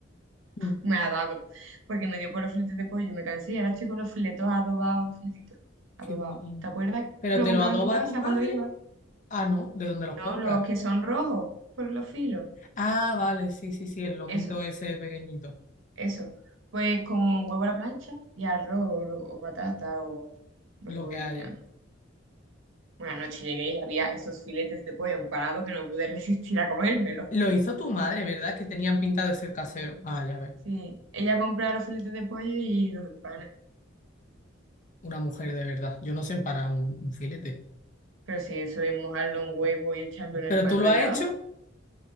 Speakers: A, on the left; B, on the right.
A: Mm,
B: Me ha dado. Porque me dio por los filetes de pollo y me cansé y ahora estoy con los filetos adobados, filetitos. Adobados.
A: qué bueno.
B: ¿Te acuerdas
A: Pero
B: que lo
A: te
B: compraba
A: lo adoba
B: en tu casa
A: tu madre.
B: cuando iba?
A: Ah, no, ¿de dónde los
B: No,
A: compras?
B: los que son rojos por los filos.
A: Ah, vale, sí, sí, sí, el lomito
B: Eso,
A: ese pequeñito.
B: eso. Pues con huevo a la plancha y arroz o, lo- o patata o lo
A: Lo
B: que voy
A: que haya.
B: pillando. Una noche llegué y había esos filetes de pollo empanados que no pude <laughs> resistir a comérmelo.
A: Lo hizo tu madre, ¿verdad? Que tenían pinta de ser casero. Ah, ya ves.
B: Sí, ella compra los filetes de pollo y los empana.
A: Una mujer de verdad. Yo no sé empanar un, un filete.
B: Pero si eso es mojarlo en huevo y echarlo en el
A: Pero
B: pan
A: tú
B: rallado,
A: lo has hecho.